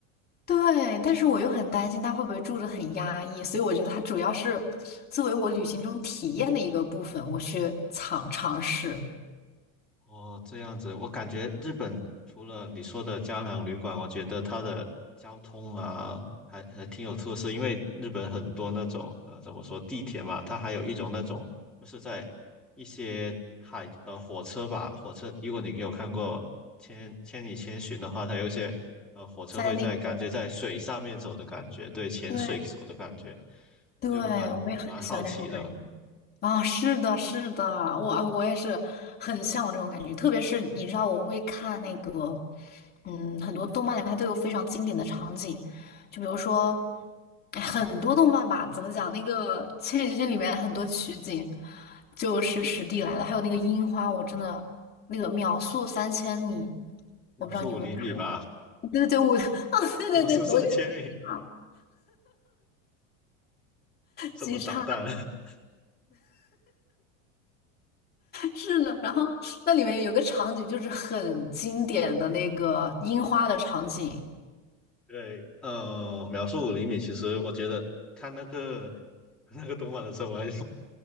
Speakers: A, on the left (about 25°); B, in the centre.
A: 对，但是我又很担心他会不会住着很压抑，所以我觉得它主要是作为我旅行中体验的一个部分，我去尝尝试
B: 哦，这样子，我感觉日本除了你说的胶囊旅馆，我觉得它的交通啊，还还挺有特色。因为日本很多那种呃，怎么说地铁嘛，它还有一种那种，就是在一些海呃火车吧，火车，如果你有看过千《千与千寻》的话，它有一些呃火车会在感觉在水上面走的感觉，
A: 在那个，
B: 对，潜水走的感觉，
A: 对对，
B: 就蛮蛮好奇的。
A: 我也很喜欢这种感觉。啊，是的，是的，我我也是很向往这种感觉，特别是你知道，我会看那个，嗯，很多动漫里面它都有非常经典的场景，就比如说，哎很多动漫吧，怎么讲，那个《千与千寻》里面很多取景就是实地来的，还有那个樱花，我真的那个秒速三千米，
B: 秒速五厘米吧，
A: 我不知道你有没有看过，对对对，我，<laughs> 啊，对对对，
B: 秒速上千米，
A: 我有点。啊
B: 怎么导弹？
A: 极差，
B: <laughs>
A: 是的，然后那里面有个场景就是很经典的那个樱花的场景，
B: 对，呃，秒速五厘米，其实我觉得看那个 <laughs> 那个动画的时候，我还蛮